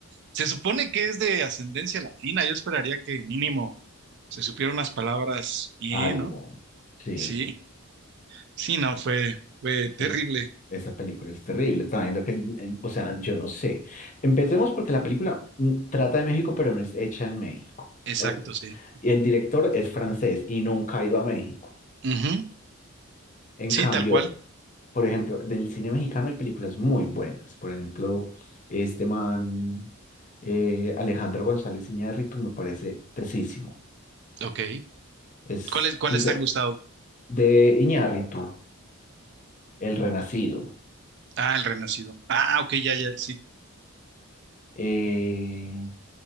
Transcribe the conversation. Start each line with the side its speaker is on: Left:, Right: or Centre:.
Right: Se supone que es de ascendencia latina. Yo esperaría que mínimo se supiera unas palabras bien,
Left: Algo.
Right: ¿no?
Left: Sí.
Right: Sí, sí, no, fue, fue terrible.
Left: El- Esa película es terrible. También lo que, en- o sea, yo no sé. Empecemos porque la película mm, trata de México, pero no es hecha en México.
Right: Exacto,
Left: O-
Right: sí.
Left: Y el director es francés y nunca ha ido a México.
Right: Ujú,
Left: En
Right: Sí,
Left: cambio,
Right: tal cual.
Left: por ejemplo, del cine mexicano hay películas muy buenas. Por ejemplo, este man, eh, Alejandro González Iñárritu, me parece tesísimo.
Right: Ok.
Left: Es
Right: ¿Cuáles, cuáles
Left: sí,
Right: te han gustado?
Left: de Iñárritu, El Renacido.
Right: Ah, El Renacido. Ah, ok, ya, ya, sí.
Left: Eh,